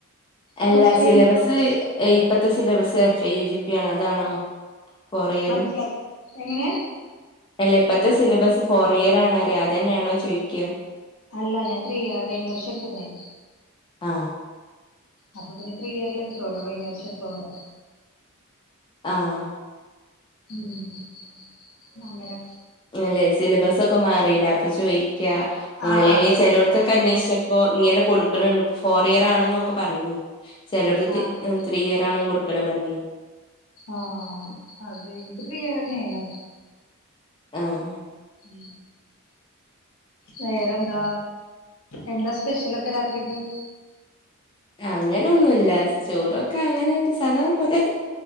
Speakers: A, on the left (about 25°); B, on the left (about 75°).
A: എല്ലാ
B: പ്ലസ് ടു
A: സിലബസ്
B: കഴിഞ്ഞാൽ കുറച്ച്
A: ഏ ഇപ്പഴത്തെ syllabus F A U G P ആണ് അതാണോ കൊറിയര്
B: മനസ്സിലായത് എങ്ങനെ
A: അല്ലേ ഇപ്പഴത്തെ സിലബസ് ഫോർ ഇയർ ആണഅറിയ അത്തന്നെയാണോ ചോദിക്കുക
B: അല്ല ഞാൻ ത്രീ ഇയറാ കഴിഞ്ഞർഷം എട്ത്ത്ക്കണേ
A: ആഹ്
B: അപ്പൊ പിന്നെ ത്രീ ഇയറില്ല് കിട്ടുമല്ലോ കഴിഞ്ഞ വർഷംഎടുത്തോണ്ട്
A: ആഹ്
B: ഉം അങ്ങരാ
A: അല്ലെ സിലബസ്ഒക്കെ മാറിയില്ലേഅപ്പൊ ചോദിക്ക
B: ആഹ്
A: ഓൺലൈനിൽ
B: അതെ
A: ചിലോടത്തൊ
B: അതെ
A: ക്ക അന്വേഷിച്ചപ്പോ ഇങ്ങനെ കൊടുക്കണണ്ട് ഫോർ ഇയർ ആണൊക്കെ പറഞ്ഞ കഴിഞ് ചെലടത്ത്
B: ആഹ്
A: ത്രീ ഇയർ ആണും കൊടുക്കണേ പറഞ്ഞ
B: ആഹ്അതെ ഇനക്ക് ത്രീയിയർന്നെയ ആയിരുന്നു
A: <unintelligible>
B: ഉ വേറെന്താ എന്താ സ്പെഷ്യലൊക്കെ രാത്രിക്ക്
A: അങ്ങനൊന്നുല്ല ചോറൊക്ക അങ്ങനെ വക്കും സാധാ പോലെ